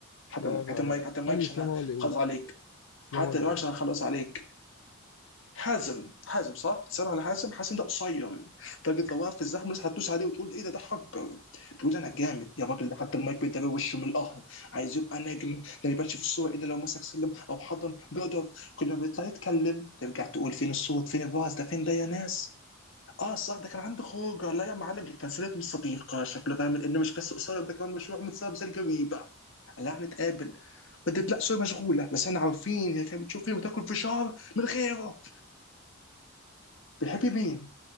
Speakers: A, on the left; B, on the left.
A: حتى
B: لا
A: المايك
B: لا
A: حتى المايك
B: لا
A: حتى المايك
B: خلي
A: عشان
B: إسلام هو اللي يقول
A: اخلص عليك
B: إسلام
A: حتى
B: هو اللي
A: المايك
B: يقول لا
A: عشان اخلص عليك حازم حازم صح؟ بتسأل على حازم حازم ده قصير لدرجة لو وقف في الزحمة الناس هتدوس عليه وتقول ايه ده ده حجر بيقول انا جامد يا راجل ده حتى المايك بيداري وشه من القهر عايز يبقى نجم لا يبانش في الصورة الا لو مسك سلم او حضن جدر كل ما بيطلع يتكلم ترجع تقول فين الصوت فين الوعظ ده فين ده يا ناس؟ اه صح ده كان عنده خروجه لا يا معلم دي كانسلت من صديقه شكله فاهم ان مش بس قصير ده كمان مشروع من سبب زي الجريبه لا هنتقابل بدت لا سوري مشغوله بس احنا عارفين هي كانت بتشوف فيلم وتاكل فشار من غيره بيحب مين؟